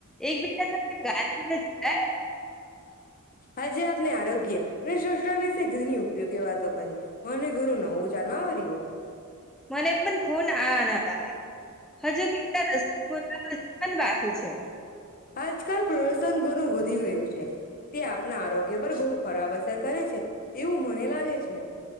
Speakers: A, in the centre; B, on the left (about 40°).
A: એકબજા સાથે
B: હા જે આપને આરોગ્ય અને શ વિશે ઘણી ઉપયોગી વાતો કરી, મને ઘરું નવું ચાલ આવર્યું.
A: મને પણ ખૂન આનંદ આવે હજુ કેટલા રસ્તા બાકી છે
B: આજ કલ પ્રદૂશન <unintelligible> ઘણું વધી ગયું છે. આપ ના આરોગ્ય પર બહુ. ખરાબ અસર કરે છે. એવું મને લાગે છે